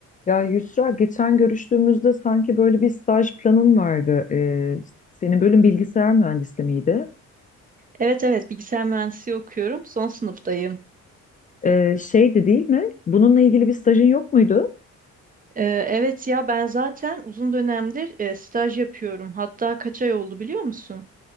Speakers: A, on the left; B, on the right.
A: Ya Yusra geçen görüştüğümüzde sanki böyle bir staj planın vardı. Ee, senin bölüm bilgisayar mühendisliği miydi?
B: Evet evet bilgisayar mühendisliği okuyorum. Son sınıftayım.
A: Ee, şeydi değil mi? Bununla ilgili bir stajın yok muydu?
B: Ee, evet ya ben zaten uzun dönemdir e, staj yapıyorum. Hatta kaç ay oldu biliyor musun?